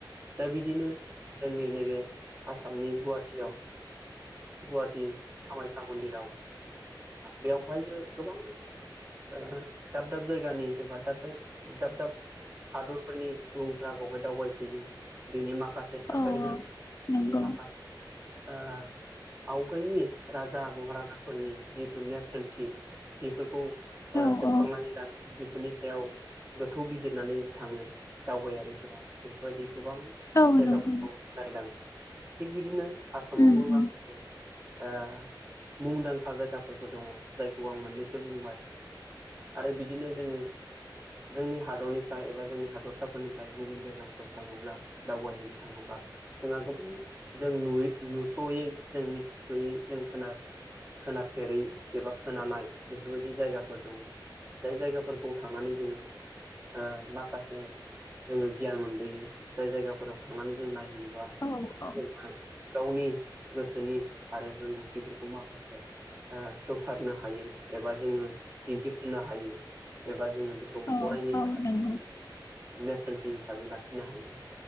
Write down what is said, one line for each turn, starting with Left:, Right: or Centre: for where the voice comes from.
Right: दा बिदिनो जोंनि नैबे आसामनि गुवाहाटीयाव गुवाहाटी कामाख्या मन्दिराव बेवहायबो गोबां ओ दाब दाब जायगानि एबा दाब दाइब दाब दाब हादरफोरनि सुबुंफ्रा बावहाय दावबायफैयो बेनि माखासे थासारिफोरखौ
Left: औ नंगौ
Right: बिनि माखासे ओ आवगाय राजा महाराजाफोरनि जिहेथु नेरसोनथि बेफोरखौ ओ
Left: औ
Right: सेबखांनानै
Left: औ
Right: लाङो। बेफोरनि सायाव गोथौ बिजिरनानै थाङो। दावबायारिफोरा बेफोरबायदि गोबां
Left: औ
Right: जायगाफोराव
Left: नंगौ उम
Right: नायलाङो थिग बिदिनो आसामावबो
Left: उम
Right: माखासे ओ मुंदांखा जायगाफोर दङ'। जायखौ आं मोननैसो बुंबाय आरो बिदिनो जोङो जोंनि हादरनिफ्राय एबा जोंनि हादरसाफोरनिफ्राय गुबुन जायगाफोराव थाङोब्ला दावबायहैनो थाङोबा जोंहा गोबां जों नुयै नुस'यै जों मिथिस स'यै जों खोना-खोनाफेरै एबा खोनानाय बेफोरबायदि जायगाफोर दङ'। जाय जायगाफोरखौ थांनानै जोङो ओ माखासे जोङो गियान मोनबोयो। जाय जायगाफोराव थांनानै जों नायहैयोबा
Left: औ औ
Right: <unintelligible> गावनि गोसोनि आरो रोंगौथिफोरखौ माखासे ओ खेवसारनो हायो एबा जोङो दिन्थिफुंनो हायो एबा जोङो बेखौ
Left: औ
Right: अरायनि
Left: औ
Right: थाखाय
Left: नंगौ
Right: नेरसोनथि हिसाबै लाखिनो हायो।